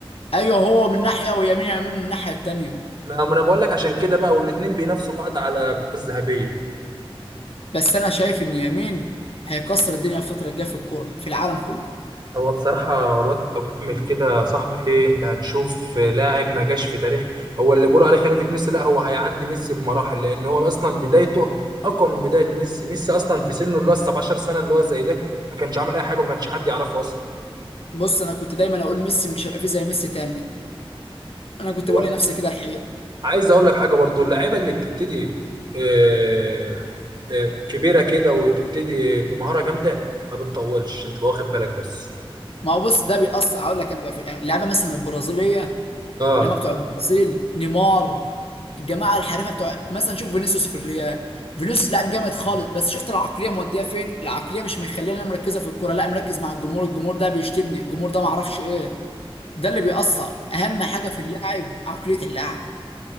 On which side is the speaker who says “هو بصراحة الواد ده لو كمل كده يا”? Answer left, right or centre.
Right